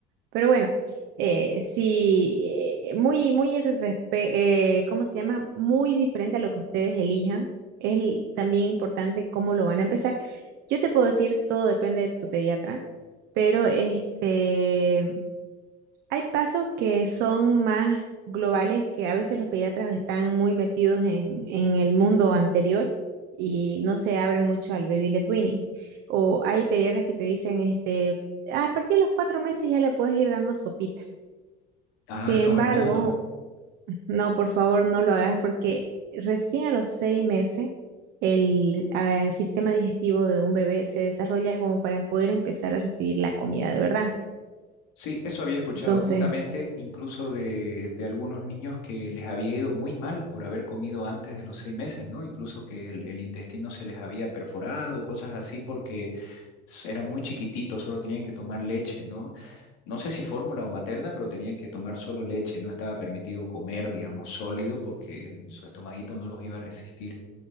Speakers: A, on the right; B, on the left.
A: Pero bueno, eh, sí, eh, muy, muy, irrespe- eh, ¿cómo se llama? Muy diferente a lo que ustedes elijan. Es l- también importante cómo lo van a empezar. Yo te puedo decir, todo depende de tu pediatra, pero este hay pasos que son más globales, que a veces los pediatras están muy metidos en, en el mundo anterior y no se abren mucho al baby led weaning. O hay pediatras que te dicen, este, a partir de los cuatro meses ya le puedes ir dando sopita.
B: Ah,
A: Sin
B: no,
A: embargo,
B: el mío no.
A: no, por favor, no lo hagas porque recién a los seis meses el ah, sistema digestivo de un bebé se desarrolla como para poder empezar a recibir la comida de verdad.
B: Sí, eso había escuchado
A: Entonces...
B: justamente incluso de, de algunos niños que les había ido muy mal por haber comido antes de los seis meses, ¿no? Incluso que el, el intestino se les había perforado, cosas así, porque s- eran muy chiquititos, solo tenían que tomar leche, ¿no? No sé si fórmula o materna, pero tenían que tomar solo leche, no estaba permitido comer, digamos, sólido, porque en su estomaguito no los iba a resistir.